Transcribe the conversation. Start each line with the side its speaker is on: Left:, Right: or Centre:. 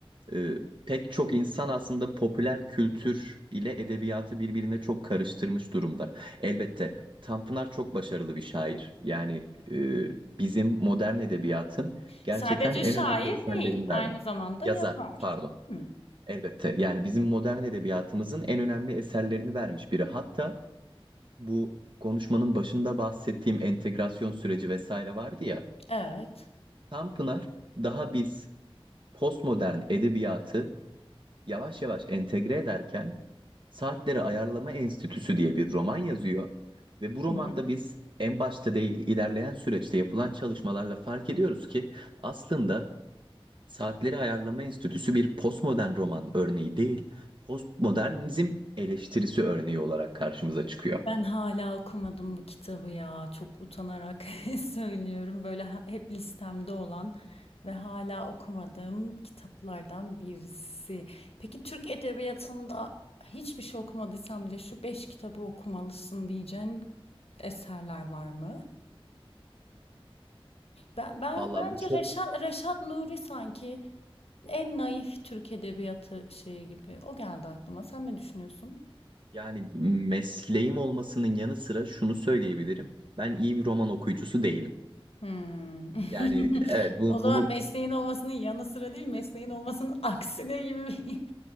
Right: e, pek çok insan aslında popüler kültür ile edebiyatı birbirine çok karıştırmış durumda. Elbette Tanpınar çok başarılı bir şair. Yani e, bizim modern edebiyatın gerçekten
Left: Sadece
Right: en
Left: şair
Right: önemli eserlerini
Left: değil, aynı
Right: vermiş.
Left: zamanda
Right: Yazar,
Left: yazar.
Right: pardon.
Left: Değil mi?
Right: Elbette. Yani bizim modern edebiyatımızın en önemli eserlerini vermiş biri. Hatta bu konuşmanın başında bahsettiğim entegrasyon süreci vesaire vardı ya.
Left: Evet.
Right: Tam Pınar daha biz postmodern edebiyatı yavaş yavaş entegre ederken Saatleri Ayarlama Enstitüsü diye bir roman yazıyor ve bu romanda
Left: <laughs>
Right: biz en başta değil ilerleyen süreçte yapılan çalışmalarla fark ediyoruz ki aslında Saatleri Ayarlama Enstitüsü bir postmodern roman örneği değil, postmodernizm eleştirisi örneği olarak karşımıza çıkıyor.
Left: Ben hala okumadım bu kitabı ya. Çok utanarak <laughs> söylüyorum. Böyle ha- hep listemde olan ve hala okumadığım kitaplardan birisi. Peki Türk edebiyatında hiçbir şey okumadıysan bile şu beş kitabı okumalısın diyeceğin eserler var mı? Ben, ben
Right: Valla
Left: bence
Right: bu çok
Left: Reşat, Reşat Nuri sanki en naif Türk edebiyatı şeyi gibi. O geldi aklıma. Sen ne düşünüyorsun?
Right: yani mesleğim olmasının yanı sıra şunu söyleyebilirim. Ben iyi bir roman okuyucusu değilim.
Left: Hımm. <laughs>
Right: Yani evet bu,
Left: O zaman
Right: bunu
Left: mesleğin olmasının yanı sıra değil, mesleğin olmasının <laughs> aksine gibi bir <laughs>